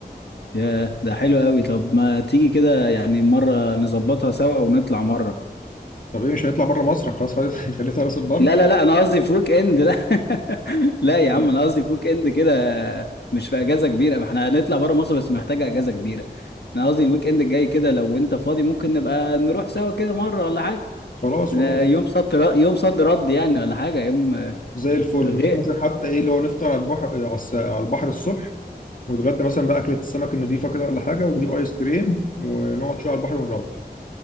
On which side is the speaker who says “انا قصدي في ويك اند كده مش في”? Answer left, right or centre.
Left